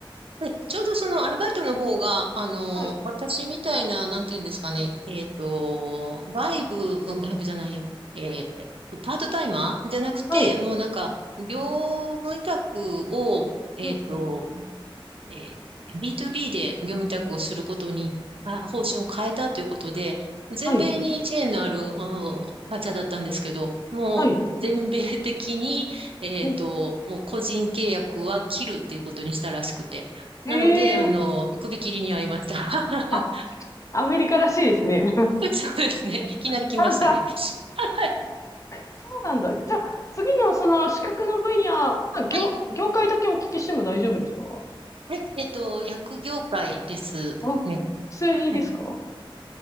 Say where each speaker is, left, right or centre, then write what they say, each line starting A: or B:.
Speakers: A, on the right (about 75°); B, on the left (about 35°).
A: で、ちょうどそのアルバイトの方が、あの、
B: はい。
A: 私みたいな、なんていうんですかね、えっと、外部、うん外部じゃないや、えーパートタイマーじゃなくて、
B: はい。
A: もうなんか、業務委託を、えっと、
B: うんうん。
A: えー B2B で業務委託をすることに、あ方針を変えたということで、全米にチェーンのある、
B: はい。
A: あの会社だったんですけど、もう全米的に、
B: はい。
A: <laughs> えっと、
B: お、
A: もう個人契約は切るっていうことにしたらしくて。
B: へえ。
A: なので、あの、首切りに遭いました。<laughs>
B: あアメリカらしいですね。
A: そうですね。いきなり来ましたね。
B: <laughs>
A: <laughs> はい。
B: はいそうなんだ。じゃあ、次のその資格の分野、まあ業、
A: はい。
B: 業界だけお聞きしても大丈夫ですか
A: はい。えっと、薬業界ですね。
B: あ、薬ですか
A: はい。